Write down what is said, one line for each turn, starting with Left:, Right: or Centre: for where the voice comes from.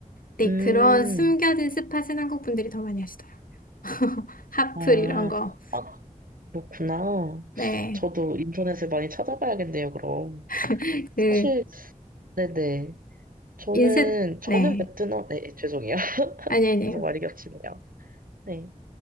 Left: 네,
Right: 음.
Left: 그런 숨겨진 스팟은 한국 분들이 더 많이 하시더라고요. <laughs> 핫플
Right: 아,
Left: 이런 거.
Right: 아, 그렇구나.
Left: 네.
Right: 저도 인터넷을 많이 찾아봐야겠네요, 그럼.
Left: <laughs> 그
Right: 사실, 네네. 저는,
Left: 인셋
Right: 저는
Left: 네.
Right: 베트남, 네, 죄송해요.
Left: 아니 아니에요.
Right: 계속 많이 겹치네요. 네.